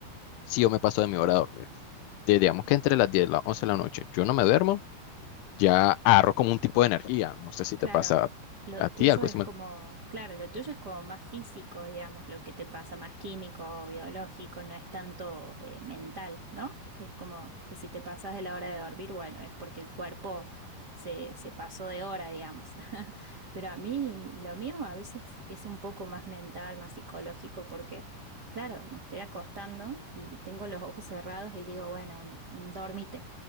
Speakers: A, on the left; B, on the right.
A: si yo me paso de mi hora de dormir. De- digamos que entre las 10 y las 11 de la noche yo no me duermo, ya agarro como un tipo de energía. No sé si
B: Claro,
A: te pasa
B: lo
A: a, a
B: tuyo
A: ti algo
B: es
A: así.
B: como, claro, lo tuyo es como más físico, digamos, lo que te pasa, más químico, biológico, no es tanto eh, mental, ¿no? Es como que si te pasas de la hora de dormir, bueno, es porque el cuerpo se, se pasó de hora, digamos. <laughs> Pero a mí, lo mío a veces es un poco más mental, más psicológico, porque, claro, me estoy acostando y tengo los ojos cerrados y digo, bueno, mm, dormite.